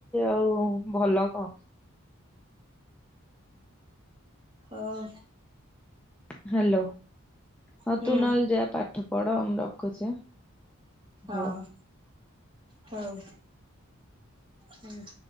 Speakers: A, in the centre; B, on the right.
A: ଆଉ ଭଲ କଣ।
B: ହଉ।
A: ହ୍ୟାଲୋ ହଁ
B: ହୁଁ
A: ତୁ ନହଲେ ଯା ପାଠ ପଢ ମୁ ରଖୁଛ ଆଁ?
B: ହଁ
A: ହଉ।
B: ହଉ ହୁଁ।